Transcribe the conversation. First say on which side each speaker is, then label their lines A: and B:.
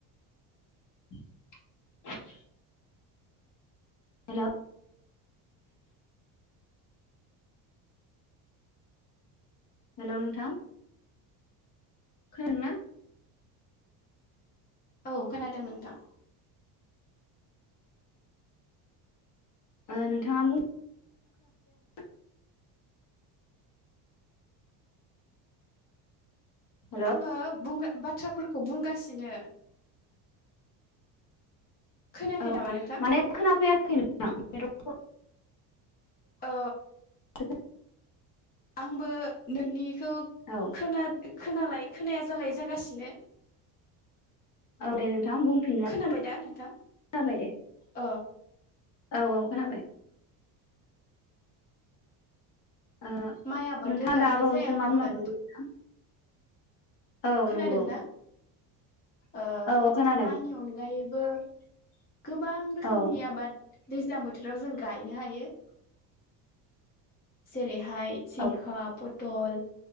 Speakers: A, on the left (about 45°); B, on the left (about 20°).
A: <inaudible> हेल' हेल' नोंथां खोनादोंना?
B: औ खोनादों नोंथां।
A: ओ नोंथाङा <unintelligible> हेल'
B: आङो बुं बाथ्राफोरखौ बुंगासिनो। खोनायाखै
A: औ
B: नामा नोंथां
A: माने खोनाफैयाखै नोंथां <unintelligible>
B: ओ
A: <inaudible>
B: आंबो नोंनि खौ
A: औ
B: खोना खोनालाय खोनाया जालाय जागासिनो।
A: औ दे नोंथां बुंफिनलाय
B: खोनाबाय
A: खो नाबाय
B: दा नोंथां
A: दे।
B: अ
A: औ औ खोनाबाय। ओ
B: माइ आबादल'
A: नोंथाङा
B: गायनाय
A: दा बावैसो
B: जाया
A: मा
B: होनबा
A: बुंलांदोंमोन नोंथां? औ
B: खोनादोंना
A: नंगौ
B: ओ
A: औ खोनादों
B: माइनि अनगायैबो गोबां रोखोमनि
A: औ
B: आबाद दैज्लां बोथोराव जों गायनो हायो। जेरै हाइ जिंखा,
A: औ
B: पथल